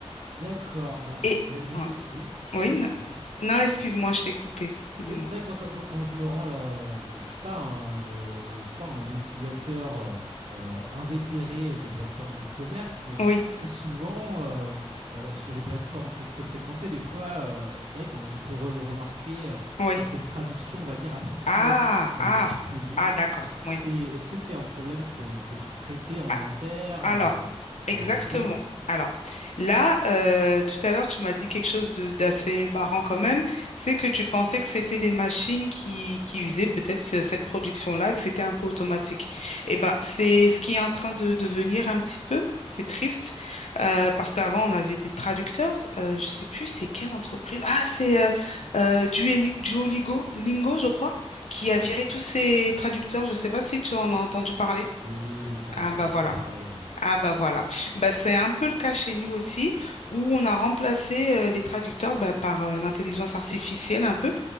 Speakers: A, on the right; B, on the left.
A: D'accord. Alors,
B: Et,
A: euh, je sais.
B: ouais.
A: Oui, je t'en
B: Oui,
A: prie,
B: non,
A: vas-y.
B: non, excuse-moi, je t'ai coupé. Dis-moi.
A: Oui, c'est vrai que moi, quand, quand- quand je me rends, alors, euh, je ne je suis, pas un, euh, je suis pas un utilisateur euh, euh, invétéré euh, des plateformes d'e-commerce, mais
B: Oui,
A: très souvent, euh, euh, sur les plateformes que je peux fréquenter, des fois, euh, c'est vrai qu'on on peut re- remarquer euh,
B: oui.
A: certaines traductions, on va dire, approximatives
B: Ah,
A: sur
B: ah,
A: les fiches produits.
B: ah, d'accord.
A: Est-ce que
B: Oui.
A: c'est, est-ce que c'est un problème que, que vous traitez en
B: Ah,
A: interne,
B: Alors,
A: euh,
B: exactement.
A: ce genre de choses?
B: Alors, là, euh, tout à l'heure, tu m'as dit quelque chose de d'assez marrant quand même, c'est que tu pensais que c'était des machines qui, qui faisaient peut-être euh, cette production-là, que c'était un peu automatique. Eh ben, c'est ce qui est en train de devenir un petit peu. C'est triste, euh, parce qu'avant, on avait des traducteurs. euh, je sais plus, c'est quelle entreprise? Ah, c'est euh, euh, Dueli- Duolingo, Lingo, je crois, qui
A: Mhm.
B: a viré tous ses traducteurs. Je sais pas si tu en as entendu parler.
A: Oui, oui, ça
B: Ah,
A: a fait
B: bah
A: beaucoup
B: voilà.
A: parler, oui.
B: Ah bah voilà,
A: Mhm.
B: bah, c'est un peu le cas chez nous aussi, où on a remplacé euh, les traducteurs bah, par euh, l'intelligence artificielle un peu,